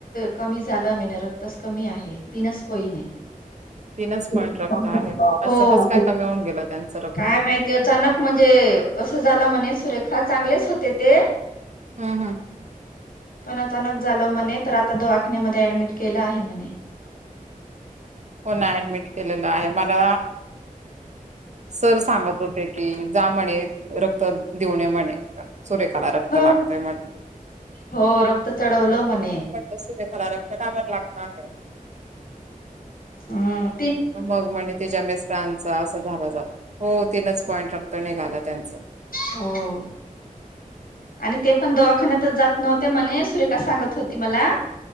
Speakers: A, on the left (about 80°); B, on the right (about 55°).
A: कमी झाला म रक्तच कमी आहे तीनच पोईम
B: तीनच
A: हे
B: पॉईंट रक्त आहे
A: हो
B: असं कसं काय कमी होऊन गेलं त्यांचं रक्त?
A: काय माहितीय अचानक म्हणजे ते असं झालं म्हणे सुरेखा चांगलेच होते ते
B: हम्म हम्म
A: पण अचानक झालं म्हणे तर आता दवाखन्यामध्ये अऍडमिट केलं आहे म्हणे
B: हो ना ऍडमिट केलेलं आहे मला सर सांगत होते की, जा म्हणे रक्त देऊन ये म्हणे. सुरेखाला रक्त
A: हो
B: लागतय म्हणे.
A: हो रक्त चढवलं म्हणे
B: म्हटलं सुरेखाला रक्त का बरं लागणार?
A: हम.
B: मग म्हण तिच्या मिस्टरांचा असा झाला <unintelligible> हो तीनच पॉईंट रक्त ये. त निघाल त्यांचं
A: हो. आणि ते पण दवाखान्यातच जात नव्हते, म्हणे सुरेखा सांगत होती मला.